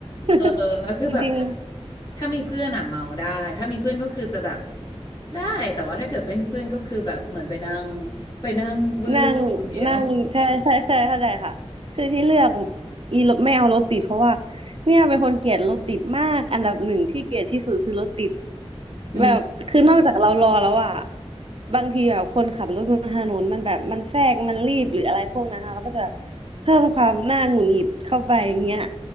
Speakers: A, on the left; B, on the right.
A: เออมันคือแบบถ้า
B: <laughs> จริง
A: ถ้ามีเพื่อนอ่ะเมาได้ถ้ามีเพื่อนก็คือจะแบบได้แต่ว่าถ้าเกิดไม่มีเพื่อนก็คือแบบเหมือนไปนั่งไปนั่งวื้อคนเดียว
B: นั่งนั่งใช่ใช่ใช่เข้าใจค่ะคือที่เลือกอีรถไม่เอารถติดเพราะว่าเนี่ยเป็นคนเกลียดรถติดมากอันดับหนึ่งที่เกลียดที่สุดคือรถติด
A: อืม
B: แบบคือนอกจากเรารอแล้วอะบางทีแบบคนขับรถบนถนนมันแบบมันแทรกมันรีบหรืออะไรพวกนั้นนะเราก็จะแบบเพิ่มความน่าหงุดหงิดเข้าไปอย่างเงี้ย